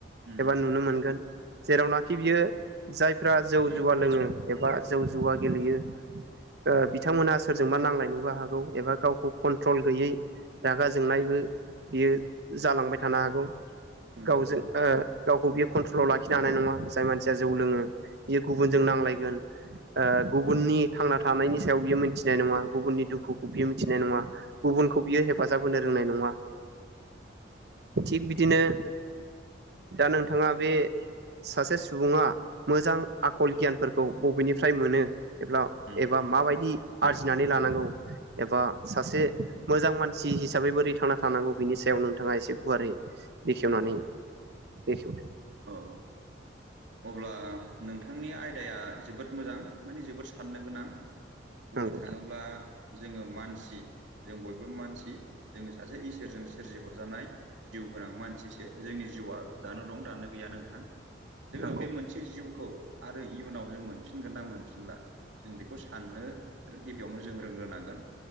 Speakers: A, on the right; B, on the right.
A: उम
B: एबा नुनो मोनगोन जेरावनाखि बियो जायफ्रा जौ जुवा लोंङो एबा जौ जुवा गेलेयो बिथांमोना सोरजोंबा नांलायनोबो हागौ एबा गावखौ कन्ट्रल गैयै रागा जोंनायबो बियो जालांबाय थानो हागौ
A: नंगौ
B: गावजों
A: नोंथां
B: ओ गावखौ बियो कन्ट्रलाव लाखिनो हानाय नंङा जाय मानसिया जौ लोंङो बियो गुबुनजों नांलायगोन। गुबुननि थांना थानायनि सायाव बियो मोनथिनाय नंङा गुबुननि दुखुखौ बियो मिथिनाय नंङा गुबुनखौ बियो हेफाजाब होनो रोंनाय नंङा थिग बिदिनो दा नोंथांङा बे सासे सुबुंङा मोजां आखल गियानफोरखौ बबेनिफ्राय मोनो एब्ला
A: उम
B: एबा माबायदि आरजिनानै लानांगौ। एबा सासे मोजां मानसि हिसाबै बोरै थांना थानांगौ बिनि सायाव नोंथांङा एसे गुवारै बेखेवनानै बेखेवदो।
A: औ अब्ला नोंथांनि आयदाया जोबोद मोजां माने जोबोद साननो गोनां बुंनो
B: नंगौ नोंथां
A: थांङोब्ला जोंङो मानसि जों बयबो मानसि जोंङो सासे इसोरजों सोरजिहरजानाय जिउ गोनां मानसिसो जोंनि जिउआ दानो दं दानो गैया नोंथां जोंङो
B: नंगौ
A: बे मोनसे बे जिउखौ आरो इयुनाव जों मोनफिनगोन ना मोनफिनला जों बेखौ साननो गिबियावनो जों रोंग्रोनांगोन